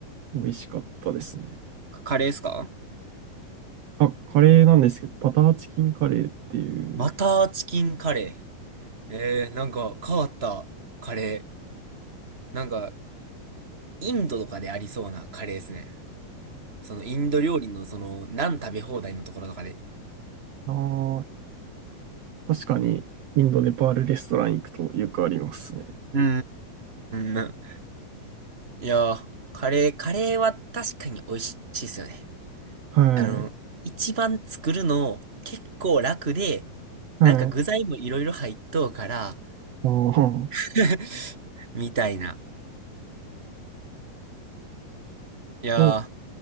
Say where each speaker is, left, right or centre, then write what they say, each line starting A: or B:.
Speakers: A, on the right (about 70°); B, on the right (about 20°).
A: 美味しかったですね。
B: カカレーですか
A: あ、カレーなんですけど、バターチキンカレーっていう、
B: バターチキンカレー。えー、なんか変わったカレー。なんか、インドとかでありそうなカレーですね。そのインド料理のその、ナン食べ放題のところとかで。
A: あー確かに、インド、ネパールレストラン行くとよくありますね。
B: うーん。いやー、カレー、カレーは確かに美味しいですよね。
A: はい。
B: あの、一番作るの結構楽で、
A: はい。
B: なんか具材もいろいろ入っとうから、
A: ああ、そ
B: <laughs> みたいな。いや
A: う。